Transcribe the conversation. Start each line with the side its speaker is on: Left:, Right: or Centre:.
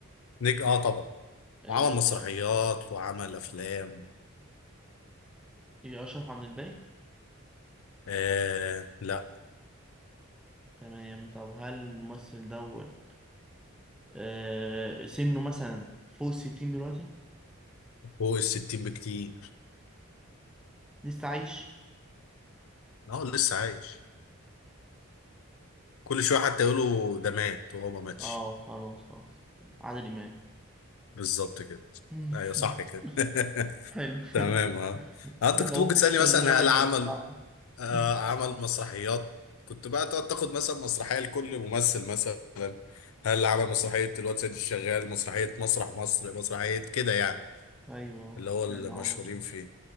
Left: نجم اه طبعا
Centre: آه،
Left: وعمل مسرحيات وعمل افلام
Centre: ايه اشرف عبد الباقي
Left: آه لا
Centre: تمام طب هل الممثل دوت آه، سنه مثلا فوق الستين دلوقتي
Left: فوق الستين بكتير
Centre: لسه عايش
Left: اه لسه عايش كل شويه حتى يقولوا ده مات وهو ما ماتش
Centre: اه خلاص خلاص عادل امام
Left: بالظبط كده
Centre: <laughs>
Left: ايوه صح كده <laughs>
Centre: حلو <laughs>
Left: تمام ها
Centre: انت
Left: انت كنت
Centre: خوفتني
Left: ممكن تسالني
Centre: عشان
Left: مثلا
Centre: المرة اللي
Left: هل عمل
Centre: كانت صعبة
Left: آه
Centre: <laughs>
Left: عمل مسرحيات كنت بقى تقعد تاخد مثلا مسرحيه لكل ممثل مثلا هل عمل مسرحيه الواد سيد الشغال مسرحيه مسرح مصر مسرحيه كده يعني
Centre: ايوه
Left: اللي هو المشهورين
Centre: لا معاهم مصر
Left: فيه